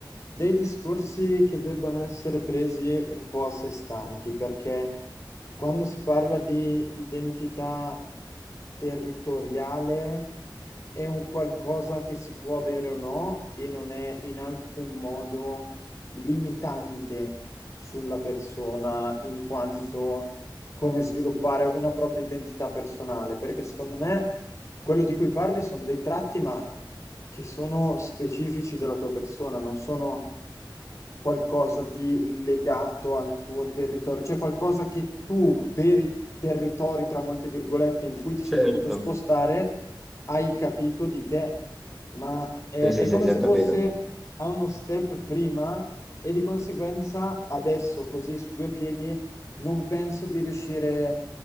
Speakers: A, on the left; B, in the centre.
A: dei discorsi che debbano essere presi un po' a sé stanti, perché quando si parla di identità territoriale è un qualcosa che si può avere o no e non è in alcun modo limitante sulla persona in quanto come sviluppare una propria identità personale, perché secondo me quello di cui parli sono dei tratti, ma che sono specifici della tua persona, non sono qualcosa di legato al tuo territorio, cioè qualcosa che tu per i territori, tra molte virgolette, in cui ti
B: Certo,
A: sei dovuto spostare, hai capito di te, ma è,
B: sì, sì,
A: è
B: sì,
A: come
B: sì,
A: se
B: ho capito,
A: fosse a uno step prima e di conseguenza adesso, così su due piedi, non penso di riuscire